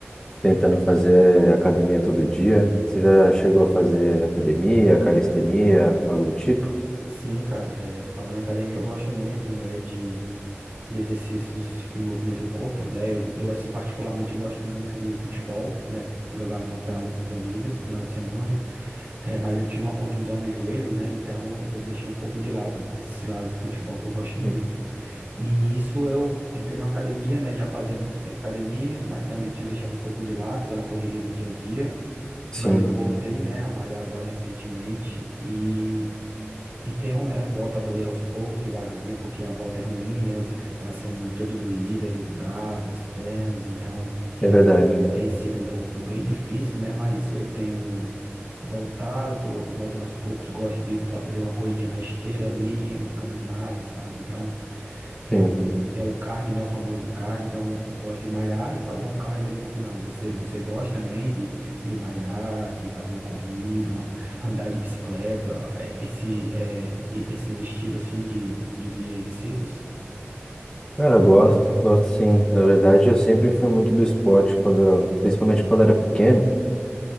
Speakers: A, on the left; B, on the right.
A: Tentando fazer academia todo dia. Você já chegou a fazer academia, calistenia, algo do tipo?
B: Sim, cara, é, falando em academia, eu gosto muito, né, de e exercícios que movimentam o corpo, né? Eu, eu, assim, particularmente gosto muito do futebol, né? Jogar ali uma pelada com os amigos, final de semana. É, mas eu tive uma contusão no joelho, né? Então eu deixei um pouco de lado esse lado do futebol que eu gosto muito.
A: Sim,
B: E nisso eu entrei na academia, né? Já fazia muito tempo academia, mas também tinha deixado um pouco de lado pela correria do dia a dia.
A: Sim,
B: Mas eu voltei, né, a malhar agora recentemente e e tem um, né, botado ali aos poucos, devagarzinho, porque a volta é ruim, né? Você fica aquela semana toda doída ali, os braços, as pernas, então
A: é verdade.
B: tem sido um pouco bem difícil, né? Mas eu tenho voltado, tô voltando aos poucos, gosto de fazer uma corridinha na esteira ali, uma caminhada, sabe? Então, eu
A: Sim.
B: é o cardio, né? O famoso cardio. Então, eu gosto de malhar e fazer um cardio ali no final. Você você gosta também de, de malhar, de fazer uma corrida, uma- andar de bicicleta, eh, esse eh, e- esses estilos assim de, de, de exercícios?
A: Cara, eu gosto, gosto sim. Na verdade, eu sempre fui muito do esporte, quando, eu- principalmente quando eu era pequeno.